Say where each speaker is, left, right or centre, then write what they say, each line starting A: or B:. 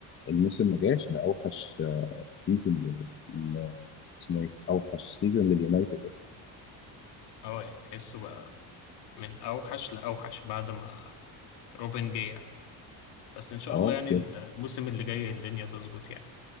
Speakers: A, on the left; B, on the left.
A: الموسم ما جاش ده اوحش آه، سيزون ل- ل- اسمه ايه اوحش سيزون لليونايتد اصلا
B: أه يعني تحسه بقى من أوحش لأوحش بعد ما روبن جه يعني بس إن شاء
A: اه
B: الله يعني
A: بجد
B: الموسم اللي جاي الدنيا تظبط يعني